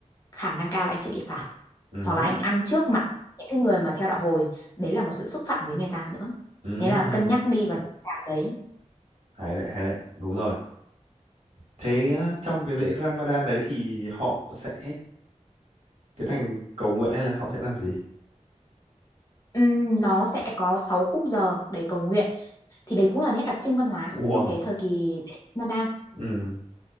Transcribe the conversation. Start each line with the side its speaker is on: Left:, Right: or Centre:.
Left: khả năng cao là anh sẽ bị phạt
Right: ừ
Left: hoặc là
Right: hứ,
Left: anh ăn trước mặt những cái người mà theo đạo hồi đấy là một sự xúc phạm với người ta nữa
Right: ừ
Left: thế là cân nhắc đi vào những tháng đấy
Right: hay đấy hay đấy đúng rồi thế á, trong cái lễ Ramadan đấy thì họ sẽ tiến hành cầu nguyện hay là họ sẽ làm gì
Left: Ừm, nó sẽ có 6 khung giờ để cầu nguyện thì đấy cũng là nét đặc trưng văn hóa
Right: wow
Left: trong cái thời kỳ lễ Manda
Right: ừ